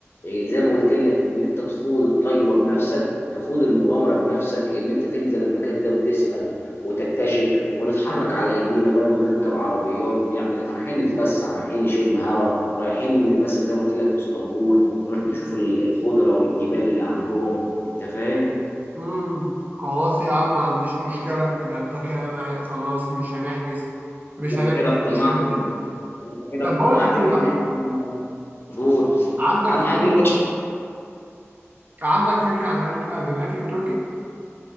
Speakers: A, on the left; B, on the right.
A: إيه، زي ما قلت لك ان انت تخوض التجربه بنفسك تخوض المغامره بنفسك ان انت تنزل المكان ده وتسال وتكتشف ونتحرك على رجلينا بدل ما نركب عربيات ونعمل إحنا رايحين نتفسح رايحين نشم هوا رايحين مثلا زي ما قلت لك في اسطنبول نروح نشوف ال- الخضره والجبال اللي عندهم انت فاهم
B: امم خلاص يا عم ما عنديش مشكلة يبقى انت كده معايا. خلاص مش هنحجز مش
A: انت
B: هنحجز
A: كده اقتنعت
B: مع الشركة دي
A: انت كده
B: طب
A: اقتنعت
B: بقول لك ايه
A: بان
B: بقى
A: احنا قول
B: عندك
A: اهم
B: فكرة
A: حاجه إن انت
B: عندك فكرة عن الأكل عن الأكل التركي